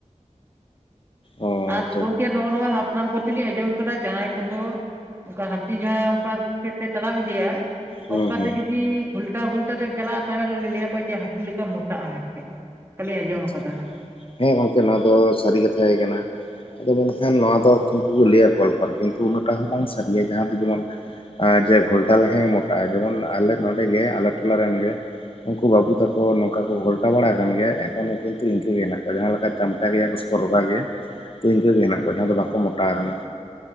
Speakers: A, on the right; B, on the left.
A: <inaudible>
B: ᱚ
A: ᱟᱨ
B: ᱟᱪᱪᱷᱟ
A: ᱜᱚᱝᱠᱮ ᱱᱚᱜᱼᱚ ᱱᱚᱣᱟ ᱦᱟᱯᱲᱟᱢ ᱠᱚᱴᱷᱮᱱ ᱞᱤᱧ ᱟᱸᱡᱚᱢ ᱠᱟᱫᱟ ᱡᱟᱦᱟᱸᱭ ᱠᱚᱫᱚ ᱚᱝᱠᱟ ᱠᱤ ᱡᱟᱦᱟᱸ ᱚᱱᱠᱟ ᱥᱮᱫ ᱛᱮ ᱛᱟᱲᱟᱢ ᱤᱫᱤᱭᱟ
B: ᱦᱩᱸ
A: ᱚᱱᱠᱟᱛᱮ
B: ᱦᱩᱸ
A: ᱡᱩᱫᱤ ᱠᱤ ᱜᱷᱚᱞᱴᱟ ᱜᱷᱚᱞᱴᱟ ᱛᱮᱢ ᱪᱟᱞᱟᱜᱼᱟ ᱛᱟᱦᱞᱮ ᱞᱟᱹᱭᱟ ᱠᱚ ᱡᱮ ᱦᱟᱹᱛᱤ ᱞᱮᱠᱟᱢ ᱢᱳᱴᱟᱜᱼᱟ ᱢᱮᱱᱛᱮ᱾ ᱠᱷᱟᱹᱞᱤᱧ ᱟᱸᱡᱚᱢ
B: ᱟᱪᱪᱷᱟ
A: ᱟᱠᱟᱫᱟ ᱦᱟᱸᱜ᱾
B: ᱦᱮᱸ ᱜᱚᱝᱠᱮ ᱱᱚᱣᱟ ᱫᱚ ᱥᱟᱹᱨᱤ ᱠᱟᱛᱷᱟ ᱜᱮ ᱠᱟᱱᱟ᱾ ᱟᱫᱚ ᱢᱮᱱᱠᱷᱟᱱ ᱱᱚᱣᱟ ᱫᱚ ᱠᱤᱱᱛᱩ ᱠᱚ ᱞᱟᱹᱭᱟ ᱜᱚᱞᱯᱚ ᱨᱮ ᱠᱤᱱᱛᱩ ᱩᱱᱟᱹᱜ ᱴᱟ ᱦᱚᱸ ᱵᱟᱝ ᱥᱟᱹᱨᱤᱭᱟ ᱡᱟᱦᱟᱸ ᱫᱚ ᱡᱮᱢᱚᱱ ᱟᱸ ᱡᱮ ᱜᱷᱚᱞᱴᱟ ᱞᱮᱠᱷᱟᱱ ᱜᱮ ᱢᱚᱴᱟᱜᱼᱟᱭ ᱡᱮᱢᱚᱱ ᱟᱞᱮ ᱱᱚᱸᱰᱮᱜᱮ ᱟᱞᱮ ᱴᱚᱞᱟ ᱨᱮᱱ ᱜᱮ ᱩᱱᱠᱩ ᱵᱟᱹᱵᱩ ᱛᱟᱠᱚ ᱱᱚᱝᱠᱟ ᱠᱚ ᱜᱷᱚᱞᱴᱟ ᱵᱟᱲᱟᱜ ᱠᱟᱱ ᱜᱮᱭᱟ ᱮ ᱮᱠᱷᱚᱱᱳ ᱠᱤᱱᱛᱩ ᱤᱝᱠᱟᱹ ᱜᱮ ᱦᱮᱱᱟᱜ ᱠᱚᱣᱟ ᱡᱟᱦᱟᱸ ᱞᱮᱠᱟ ᱪᱟᱢᱴᱟ ᱜᱮᱭᱟ ᱠᱚ ᱥᱮ ᱠᱚ ᱨᱚᱜᱟ ᱜᱮᱭᱟ᱾ ᱛᱚ ᱤᱝᱠᱟᱹ ᱜᱮ ᱦᱮᱱᱟᱜ ᱠᱚᱣᱟ᱾ ᱡᱟᱦᱟᱸ ᱫᱚ ᱵᱟᱠᱚ ᱢᱚᱴᱟᱣ ᱠᱟᱱᱟ᱾